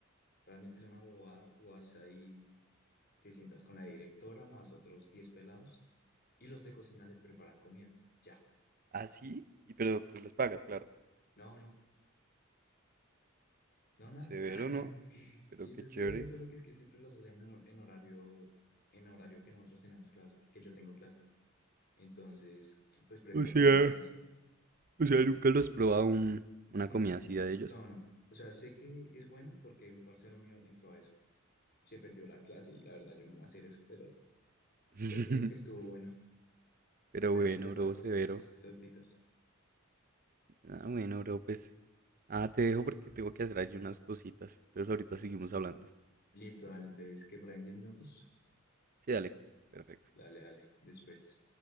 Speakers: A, on the left; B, on the right.
A: Realmente es una bobada. Tú vas ahí, te sientas con la directora más otros 10 pelados y los de cocina les preparan comida. Ya.
B: Ah, sí, y pero tú los pagas, claro.
A: No, no. No, nada,
B: Severo,
A: nada.
B: ¿no?
A: <laughs>
B: Pero
A: Sí, eso
B: qué
A: es
B: chévere.
A: severo, solo que es que siempre los hacen en hor- en horario, en horario que nosotros tenemos clase, que yo tengo clase. Entonces, pues prefiero
B: O sea,
A: tomar la clase. <clears throat>
B: o sea, nunca los has probado un- una
A: Mm,
B: comida así de ellos.
A: No, no. O sea, sé que es bueno porque un parcero mío entró a eso. Se perdió la clase y la verdad yo no voy a hacer eso, pero
B: <laughs>
A: pues digo que estuvo bueno.
B: Pero
A: Pero
B: bueno,
A: que preparan
B: bro,
A: cosas
B: severo.
A: así exóticas.
B: Ah, bueno, bro, pues. Ah, te dejo porque tengo que hacer allí unas cositas. Entonces ahorita seguimos hablando.
A: Listo, dale. Entonces, que por ahí en 10 minutos.
B: Sí, dale. Perfecto.
A: Dale, dale. Después.